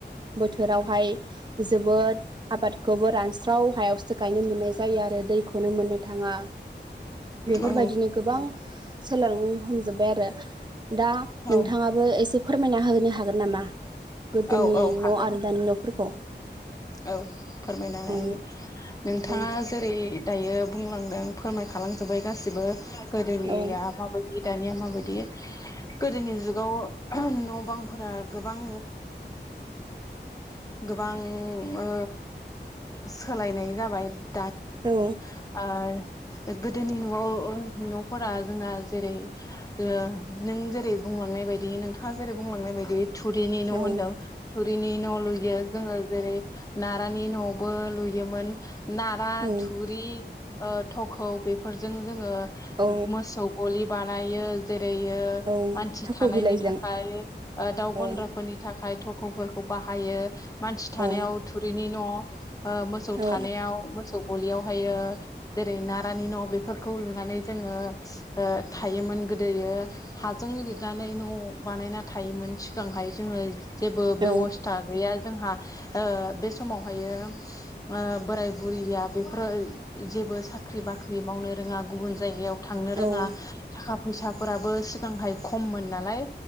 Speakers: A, on the right (about 25°); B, on the left (about 20°).
A: बोथोरावहाय जोबोद आबादखौबो रानस्राव हायावसो गायनो मोननाय जायो आरो दैखौनो मोननो थाङा बेफोरबायदिनो
B: औ
A: गोबां सोलों हमजोब्बाय आरो दा
B: औ
A: नोंथाङाबो एसे फोरमायना होनो हागोन नामा गोदोनि
B: औ औ हागोन
A: न' आरो दानि न'फोरखौ
B: औ फोरमायना होनो
A: औ
B: हागोन नोंथाङा
A: औ
B: जेरै- दायो बुंलांदों फोरमायखालांजोब्बाय गासिबो गोदोनिया
A: औ
B: माबायदि दानिया माबायदि गोदोनि जुगाव <unintelligible> न' बांफोरा गोबां गोबां ओ सोलायनाय जाबाय दानि
A: औ
B: ओ गोदोनि न'आव न'फोरा जोंना जेरै- ओ नों जेरै- बुं लांनाय बायदि नोंथाङा जेरै- बुंलांनाय बायदि थुरिनि न'
A: औ
B: होनदों थुरिनि न' लुयो जोङो जेरै- नारानि न'आवबो लुयोमोन नारा
A: औ
B: थुरि ओ थ'खौ बेफोरजों जोङो
A: औ
B: मोसौ गलि बानायो जे <unintelligible>
A: औ
B: मानसि
A: थाख'
B: थानायनि
A: बिलाइजों
B: थाखाय ओ दाउ
A: औ
B: गन्द्राफोरनि थाखाय थख'फोरखौ बाहायो मानसि थानायाव
A: औ
B: थुरिनि न' ओ मोसौ
A: औ
B: थानायाव मोसौ गलियाव ओमफायो जेरै नारानि न' बेफोरखौ लुनानै जोङो ओ थायोमोन गोदोयो हाजों लिरनानै न' बानायना थायोमोन सिगांहाय जोङो। जेबो
A: औ
B: बेबस्था गैया जोंहा ओ बे समावहायो ओ बोराय बुरैया बेफोरो जेबो साख्रि बाख्रि माव नो रोङा गुबुन जायगायाव थांनो रोङा
A: औ
B: थाखा फैसा फोराबो मोजांहाय खममोन नालाय